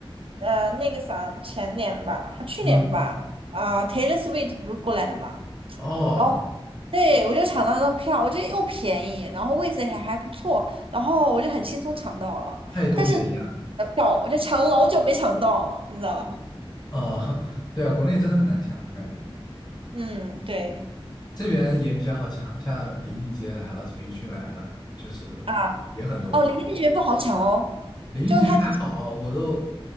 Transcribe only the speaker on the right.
呃那个啥前年吧，去年吧，
啊、Taylor Swift 不是过来了嘛，
然后对我就抢到那张票，我觉得又便宜，然后位置也还还不错，然后我就很轻松抢到了。
但是的票我就抢了老久没抢到，你知道吧？
嗯，对。
啊，哦，林俊杰不好抢哦，
就是他